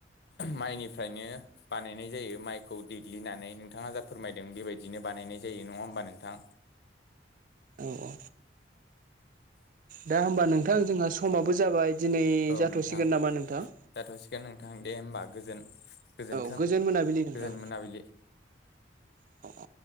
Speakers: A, on the left; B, on the right.
A: माइनिफ्रायनो बानायनाय जायो माइखौ देग्लिनानै नोंथाङा जा फोरमायदों बेबायदिनो बानायनाय जायो। जायो नङा होमबा नोंथां।
B: औ औ दा होमबा नोंथां जोंहा समाबो जाबाय दिनै
A: औ
B: जाथ'सिगोन
A: नोंथां
B: नामा नोंथां।
A: जाथ'सिगोन नोंथां दे होमबा गोजोन। गोजोनथों
B: औ गोजोन मोनाबिलि नोंथां
A: गोजोन मोनाबिलि
B: औ औ